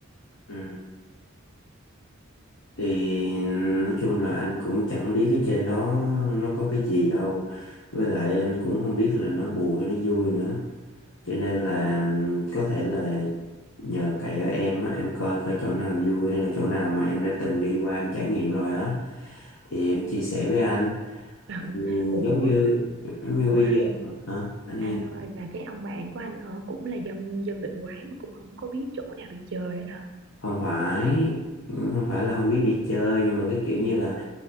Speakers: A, on the left; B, on the right.
A: Ừ. thì nói chung là anh cũng chẳng biết ở trên đó nó có cái gì đâu với lại anh cũng không biết là nó buồn hay nó vui nữa cho nên là ừm, có thể là nhờ cậy ở em á em coi coi chỗ nào vui hay là chỗ nào mà em đã từng đi qua em trải nghiệm rồi á thì em chia sẻ với anh
B: <laughs>
A: Ừ,
B: ủa
A: giống như giống như
B: ủa
A: bây
B: anh
A: giờ hả anh
B: anh ơi mà cái ông bạn của anh ờ, cũng là dân dân định quán mà cũng không có biết chỗ nào đi chơi hết hả
A: không phải không phải là không biết đi chơi nhưng mà cái kiểu như là